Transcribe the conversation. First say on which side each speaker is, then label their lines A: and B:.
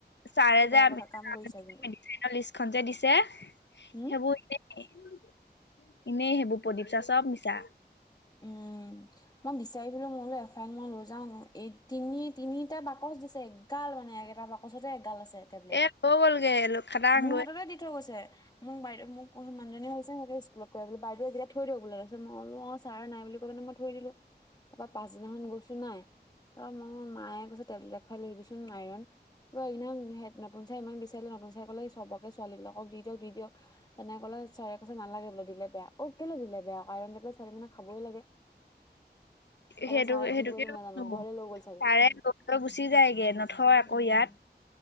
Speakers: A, on the left; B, on the left.
A: ছাৰেজে
B: এইটো বেয়া
A: আমি
B: কথা
A: <unintelligible>
B: কাম কৰিছা কিন্তু
A: লিষ্টখনজে <unintelligible> দিছে?
B: হুম,
A: সেইবোৰ এনে। এনেই সেইবোৰ প্ৰদীপ চাৰ চব মিছা।
B: উম মই বিচাৰিছিলুং মই বোলো এখনমান মই লৈ যাও ন। এই তিনি তিনিটা বাকচ <unintelligible> দিছে এগাল মানে এটা বাকচতে এগাল আছে। টে টেবলেট।
A: এ লৈ গ'লগে খাটাং
B: মোৰ
A: লৈ
B: হাততে দি থৈ গৈছে। মোক বাইদেউ মোক মানুজনিয়ে হৈছে স্কুলত বাইদেউ এইকেইটা থৈ দিয়ক বোলে তাৰপিছত মই কলোঁ আৱ। <unintelligible> ছাৰে নাই বুলি কই পিনে মই থৈ দিলো। তাপা পাছদিনাখন গৈছো নাই? অ মোৰ মায়ে কৈছে টেবলেট খুৱাই লৈ আহিবিচোন আইৰণ। ব ইমান নতুন চাৰে ইমান বিচাৰিলে নতুন চাৰে কলে সবকে ছোৱালী বিলাকক দি দিয়ক দি দিয়ক তেনে কলে। চাৰে কৈছে নালাগে বোলে দিলে বেয়া, অ কেলে দিলে বেয়া। আইৰণ টেবলেট ছোৱালী মানুহে খাবই লাগে। তাৰপৰা
A: সেইটোক
B: ছাৰে
A: সেইটোকেটো
B: কি কৰিলে নাজানো
A: ছাৰে
B: ঘৰলৈ লৈ গ'ল চাগে
A: ল লৈ গুচি যায়গে নথয় আকৌ
B: উম
A: ইয়াত।